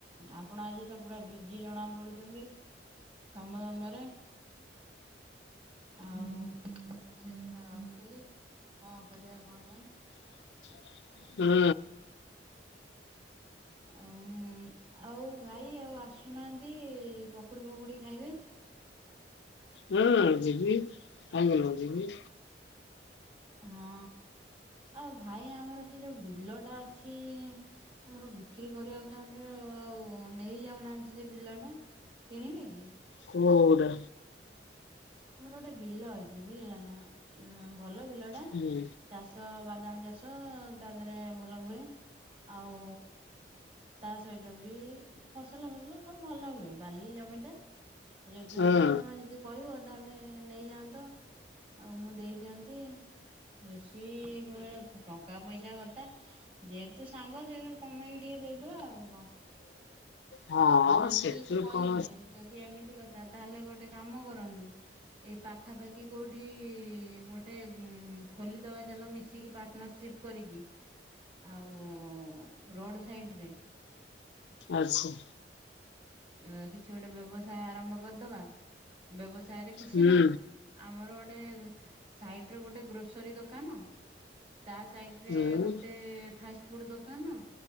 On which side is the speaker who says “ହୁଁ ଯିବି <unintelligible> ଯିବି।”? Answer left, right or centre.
Left